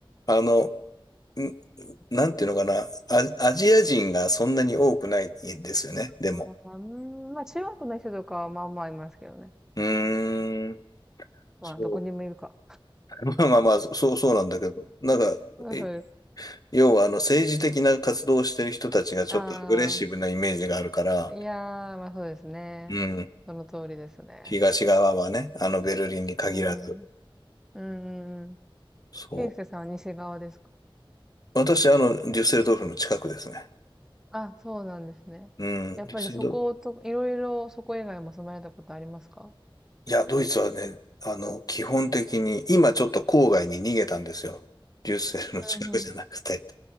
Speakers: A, on the left; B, in the centre.
A: あの、ん、なんていうのかな、ア、アジア人がそんなに多くないんですよね、でも。
B: まあ、うんまあ、中学の人とかはまあまあいますけどね。
A: うーん、
B: まあ、
A: そう。
B: どこにもいるか。
A: <laughs> まあまあまあ、そう、そうなんだけど、なんか、
B: まあ、
A: え
B: そうです。
A: 要はあの政治的な活動をしてる人たちがちょっとアグレッシブなイメージがあるから、
B: ああ、いやー、まあそうですね。
A: うん、
B: その通りですね。
A: 東側はね、あのベルリンに限らず。
B: うん。うんうんうん。
A: そ
B: ケイスケさんは西側ですか
A: う。私、あの、デュッセルドルフの近くですね。
B: あ、そうなんですね。
A: うん。
B: やっぱりそこと、
A: デュッセルド
B: いろいろそこ以外も住まれたことありますか
A: いや、ドイツはね、あの、基本的に、今ちょっと郊外に逃げたんですよ。デュッセルの近くじゃなくて。
B: うんうん。